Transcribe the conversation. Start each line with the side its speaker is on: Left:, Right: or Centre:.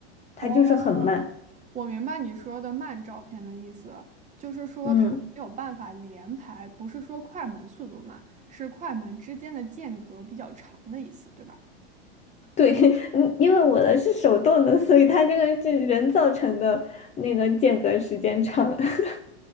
Left: 它就是很慢。
Right: 哦，我明白你说的慢照片的意思，就是说它没有办法连拍，
Left: 嗯，
Right: 不是说快门速度慢，是快门之间的间隔比较长的意思，对吧？
Left: 对，<laughs> 嗯，因为我的是手动的，所以它这个是人造成的那个间隔时间长，<laughs>